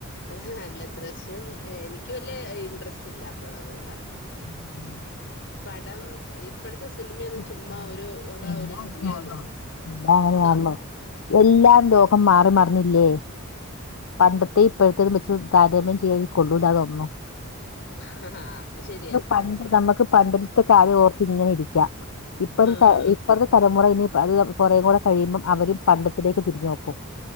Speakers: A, on the left (about 55°); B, on the left (about 70°).
A: ആഹ് അല്ല ദൃശ്യം എനിക്ക് വല്ല ഇൻട്രസ്റ്റ് ഇല്ല അപ്പട അതുകൊണ്ടാ
B: ആ ഉ
A: പടം ഇ ഇപ്പോഴത്തെ സിനിമന്ന്
B: ഇപ്പ
A: ചുമ്മാ
B: എല്ലാം
A: ഒരു വക
B: എല്ലാം
A: ഒരു സിനിമയാന്നേ
B: അങ്ങനെയാണല്ലോ എല്ലാം അങ്ങനെയാണല്ലോ
A: എന്തോ
B: എല്ലാം ലോകം മാറി മറിഞ്ഞില്ലേ പണ്ടത്തെ ഇപ്പഴത്തെ വെച്ച് താരതമ്യം ചെയ്യ കൊള്ളൂല്ലാതൊന്നു
A: ഹ ഹ അത് ശരിയാ
B: പണ്ട് നമ്മക്ക് പണ്ടത്തെ കാര്യം ഓർത്ത് ഇങ്ങനെ ഇരിക്കാം ഇപ്പഴത്തെ
A: ആഹ്
B: ഇപ്പഴത്തെ തലമുറയിനെ അത് കുറേ കൂടെ കഴിയുമ്പം അവര് പണ്ടത്തിലേക്ക് തിരിഞ്ഞു നോക്കും